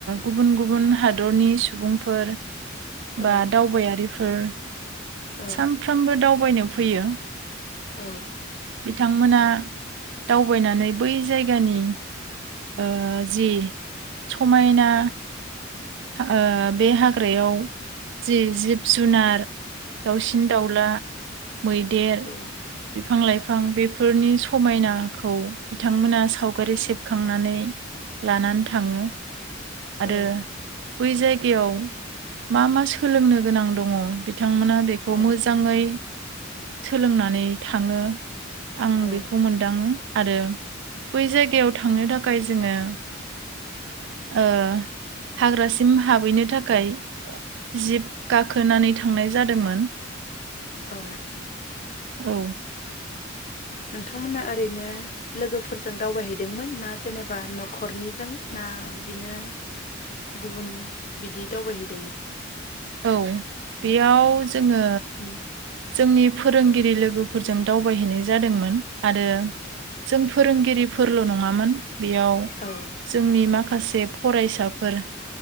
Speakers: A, on the right (about 65°); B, on the left (about 40°).
A: गुबुन गुबुन हादरनि सुबुंफोर
B: औ
A: बा दावबायारिफो फोर
B: औ
A: सानफ्रोमबो दाव बायनो फैयो
B: औ
A: बिथांमोना दावबायनानै बै जायगानि ओ जि समायना फा ओ बे हाग्रायाव जि जिब जुनार दाउसिन दाउला मैदेर
B: औ
A: बि बिफां लाइफां बेफोरनि समायनाखौ बिथांमोना सावगारि सेबखांनानै लानानै थाङो आरो
B: औ
A: बै जाय गियाव मा मा सोलोंनो गोनां दङ बिथांमोना बेखौ
B: औ
A: मोजाङै सोलोंनानै थाङो आं
B: औ
A: बेखौ मोनदाङो आरो बै जायगायाव थांनो थाखाय जोङो ओ हाग्रासिम हाबहैनो थाखाय जिब गाखोनानै थांनाय जादोंमोन
B: औ
A: औ
B: नोंथांमोना ओरैनो लोगोफोरजों दावबायहैदोंमोन ना जेनेबा नखरनिजों ना बिदिनो गुबुन बिदि दावबायहैदोंमोन
A: औ बेयाव जोङो
B: अ
A: जोंनि फोरोंगिरि लोगोफोर जों दावबायहैनाय जादोंमोन आरो जों फोरोंगिरि फोरल' नङामोन बेयाव
B: औ
A: जोंनि माखा माखासे फरायसाफोर